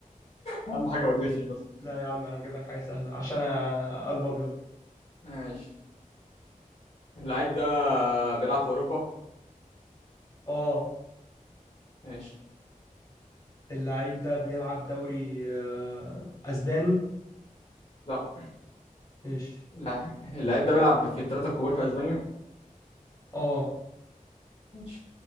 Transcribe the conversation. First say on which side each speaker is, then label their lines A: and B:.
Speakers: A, on the left; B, on the left.
A: اهم حاجه ما تغشش
B: <laughs>
A: بس
B: لا يا عم انا هجيب لك حاجه سهله عشان أنا قلب ابيض
A: ماشي اللعيب ده بيلعب في اوروبا
B: اه
A: ماشي
B: اللعيب ده بيلعب دوري آه، اسباني
A: لا
B: ماشي
A: لا اللعيب ده بيلعب في الثلاثه الكبار في اسبانيا
B: اه
A: ماشي